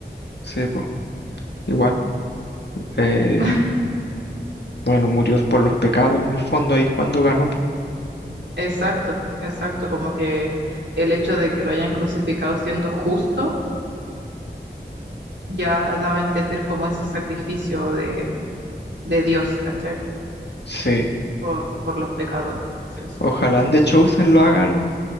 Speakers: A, on the left (about 70°); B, on the right (about 85°).
A: sí, po. Igual, eh,
B: <laughs>
A: bueno, murió por los pecados en el fondo, ahí es cuando ganó, po.
B: Exacto, exacto, como que el hecho de que lo hayan crucificado siendo justo ya daba a entender como ese sacrificio de, de Dios, ¿cachai?
A: Sí,
B: Por, por los pecadores, por así decirlo.
A: ojalá en The Chosen lo hagan,